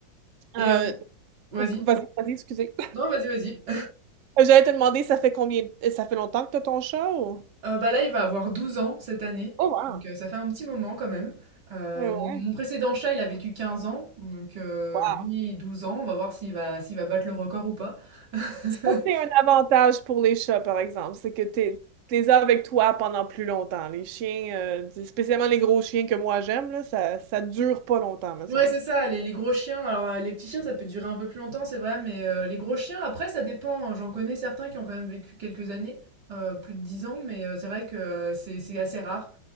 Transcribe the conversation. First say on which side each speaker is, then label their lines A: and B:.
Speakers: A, on the right; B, on the right.
A: Et
B: Euh,
A: on vas-y.
B: ok, vas-y, vas-y, excusez.
A: Non, vas-y, vas-y.
B: <laughs> J'allais te demander, ça fait combien, ça fait longtemps que t'as ton chat ou?
A: Heu, bah, là, il va avoir 12 ans cette année,
B: Oh wow.
A: donc heu, ça fait un petit moment quand même. Heu,
B: Oui, ouais.
A: mon mon précédent chat, il a vécu 15 ans, donc heu,
B: Wow.
A: lui 12 ans. On va voir s'il va s'il va battre le record ou pas. <laughs>
B: Ça, c'est un avantage pour les chats, par exemple, c'est que t'es, t'es avec toi pendant plus longtemps. Les chiens, euh, spécialement les gros chiens que moi j'aime, là, ça, ça dure pas longtemps, me
A: Ouais,
B: semble.
A: c'est ça, les les gros chiens, alors, heu, les petits chiens, ça peut durer un peu plus longtemps, c'est vrai, mais heu, les gros chiens, après, ça dépend. hein. J'en connais certains qui ont quand même vécu quelques années, heu, plus de 10 ans, mais heu, c'est vrai que euh, c'est c'est assez rare.